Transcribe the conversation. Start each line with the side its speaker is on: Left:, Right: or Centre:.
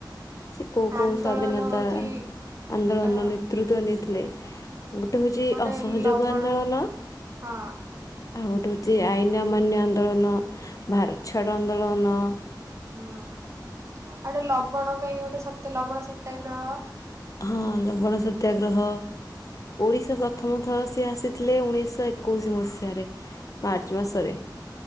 Left: ସେ କୋଉ କୋଉ
Right: ଆନ୍ଦୋଳନ
Left: ସ୍ଵାଧୀନତା
Right: ହଉଛି
Left: ଆନ୍ଦୋଳନର
Right: ଅ
Left: ନେତୃତ୍ଵ ନେଇଥିଲେ? ଗୋଟେ ହଉଛି
Right: ଗୋଟେ
Left: ଅସହଯୋଗ
Right: ଲବଣ
Left: ଆନ୍ଦୋଳନ
Right: ହଁ
Left: ଆଉ ଗୋଟେ ହେଉଛି ଆଇନ ଅମାନ୍ୟ ଆନ୍ଦୋଳନ ଭାରତ ଛାଡ଼ ଆନ୍ଦୋଳନ
Right: ହୁଁ ଆଉ ଗୋଟେ ଲବଣ ପାଇଁ ଗୋଟେ ସତ୍ୟ ଲବଣ ସତ୍ୟାଗ୍ରହ
Left: ହଁ ଲବଣ ସତ୍ୟାଗ୍ରହ ଓଡ଼ିଶା ପ୍ରଥମ ଥର ସେ ଆସିଥିଲେ ଉଣେଇଶହ ଏ କୋଇସି ମସିହାରେ ମାର୍ଚ୍ଚ ମାସରେ